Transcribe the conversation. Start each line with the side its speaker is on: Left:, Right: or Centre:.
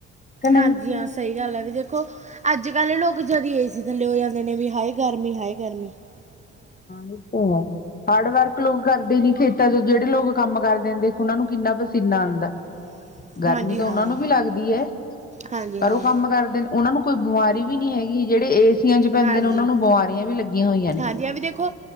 Left: ਕਿ ਨਹੀਂ।
Right: ਹਾਂਜੀ ਹਾਂ, ਸਹੀ ਗੱਲ ਹੈ, ਵੀ ਦੇਖੋ ਅੱਜ-ਕੱਲ ਲੋਕ ਜਦੀ ਏਸੀ ਥੱਲੇ ਹੋ ਜਾਂਦੇ ਨੇ, ਵੀ ਹਾਏ ਗਰਮੀ! ਹਾਏ ਗਰਮੀ! <unintelligible>
Left: ਸੁੱਤਾ ਵਾ। ਹਾਰਡ ਵਰਕ ਲੋਕ ਕਰਦੇ ਨੀ ਖੇਤਾਂ'ਚ ਜਿਹੜੇ ਲੋਕ ਕੰਮ ਕਰ ਦਿੰਦੇ, ਉਹਨਾ ਨੂੰ ਕਿੰਨਾ ਪਸੀਨਾ ਆਂਦਾ।
Right: <unintelligible>
Left: ਗਰਮੀ ਤਾਂ
Right: ਹਾਂ
Left: ਉਹਨਾਂ ਨੂੰ ਵੀ ਲੱਗਦੀ ਏ,
Right: ਹਾਂਜੀ
Left: ਪਰ
Right: ਹਾਂ
Left: ਉਹ ਕੰਮ ਕਰਦੇ ਨੇ। ਉਹਨਾਂ ਨੂੰ ਕੋਈ ਬਿਮਾਰੀ ਵੀ ਨਹੀਂ ਹੈਗੀ, ਜਿਹੜੇ ਏਸੀਆਂ'ਚ ਪੈਂਦੇ
Right: ਹਾਂਜੀ
Left: ਨੇ, ਉਹਨਾਂ ਨੂੰ ਬਿਮਾਰੀਆਂ ਵੀ ਲੱਗੀਆਂ ਹੋਈਆਂ ਨੇ।
Right: ਹਾਂਜੀ, ਆ ਵੀ ਦੇਖੋ